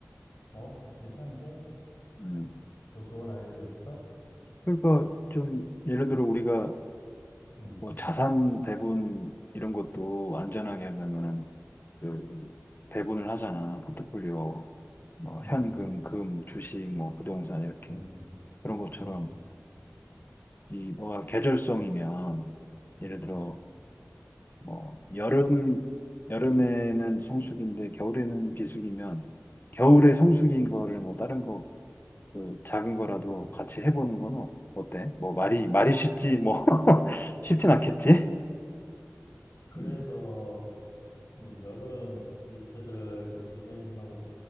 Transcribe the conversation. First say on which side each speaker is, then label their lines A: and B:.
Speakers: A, on the left (about 80°); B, on the left (about 40°).
A: 어? 괜찮은데?
B: 음.
A: 뭐 좋은 아이디어 있어?
B: 그러니까 좀 예를 들어 우리가
A: 음,
B: 뭐 자산 배분 이런 것도 안전하게 하려면은 그 배분을 하잖아. 포트폴리오 뭐
A: 음,
B: 현금, 금, 주식, 뭐 부동산 이렇게
A: 음,
B: 그런 것처럼
A: 음,
B: 이 뭐가 계절성이면 예를
A: 음,
B: 들어 뭐 여름 여름에는 성수기인데 겨울에는 비수기면 겨울에 성수기인
A: 음.
B: 거를 뭐 다른 거 그 작은 거라도
A: 그래, 그래.
B: 같이 해보는 건 어- 어때? 뭐 말이 말이 쉽지 뭐 <laughs>
A: 음.
B: 쉽진 않겠지?
A: 그래서,
B: 음,
A: 이 여름 니트를 좀 디자인 좀 하고